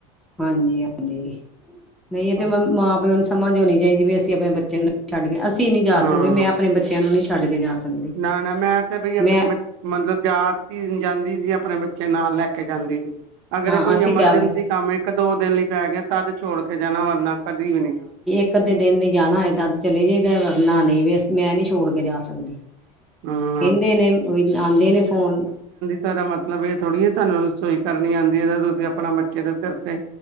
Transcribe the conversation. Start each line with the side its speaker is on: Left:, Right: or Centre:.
Centre: ਹਾਂਜੀ -ਹਾਂਜੀ ਨਹੀਂ ਇਹ ਤੇ
Right: ਬਸ
Centre: ਮ ਮਾਂ- ਪਿਓ ਨੂੰ ਸਮਝ ਆਉਣੀ ਚਾਹੀਦੀ ਵੀ ਅਸੀਂ ਆਪਣੇ ਬੱਚੇ ਨੂੰ ਛੱਡ ਕੇ, ਅਸੀਂ ਨਹੀ ਜਾ
Right: ਹਾਂ
Centre: ਸਕਦੇ ਮੈਂ ਆਪਣੇ ਬੱਚਿਆਂ ਨੂੰ ਨਹੀ ਛੱਡ ਕੇ ਜਾ ਸਕਦੀ
Right: ਨਾ- ਨਾ ਮੈਂ ਤੇ ਬਈ ਆਪਣੇ
Centre: ਮੈਂ
Right: ਬ ਮਤਲਬ ਜਦ ਜਾਂਦੀ ਸੀ ਆਪਣੇ ਬੱਚੇ ਨਾਲ ਲੈ ਕੇ ਜਾਂਦੀ ਸੀ ਅਗਰ
Centre: ਹਾਂ
Right: ਕੋਈ
Centre: ਅਸੀਂ
Right: ਐਮਰਜੈਂਸੀ
Centre: ਕਿਹਾ ਬਈ
Right: ਕੰਮ ਇੱਕ ਦੋ ਦਿਨ ਲਈ ਪੈ ਗਿਆ ਤਦ ਛੋੜ ਕੇ ਜਾਣਾ ਵਰਨਾ ਕਦੇ ਵੀ ਨਹੀਂ
Centre: ਇਕ ਅੱਧੇ ਦਿਨ ਲਈ ਜਾਣਾ ਹੋਏ ਤਾਂ ਚਲੇ ਗਏ, ਵਰਨਾ ਨਹੀਂ ਵੇਸ ਮੈਂ ਨਹੀਂ ਛੋੜ ਕੇ ਜਾ ਸਕਦੀ,
Right: ਹਾਂ
Centre: ਕਹਿੰਦੇ ਨੇ, ਆਉਂਦੇ ਨੇ ਫੋਨ
Right: ਤੁਹਾਡਾ ਮਤਲਬ ਇਹ ਥੋੜ੍ਹੀ ਤੁਹਾਨੂੰ ਰਸੋਈ ਕਰਨੀ ਆਉਂਦੀ ਹੈ ਤੁਸੀਂ ਆਪਣਾ ਬੱਚੇ ਦੇ ਸਿਰ ਤੇ